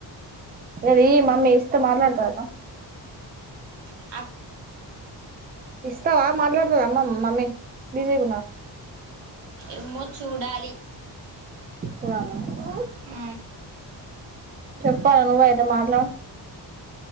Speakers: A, on the right (about 25°); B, on the right (about 80°).
A: గదీ మమ్మీ ఇస్ త్తే మాట్లాడతాదటనా
B: అ
A: ఇస్తావా మాట్లాడుతద అమ్మ మమ్మీ బిజీగ
B: ఏమో చూడాలి
A: పొదామ
B: ఆ
A: చెప్పాల నువ్వే ఏదో మాట్లా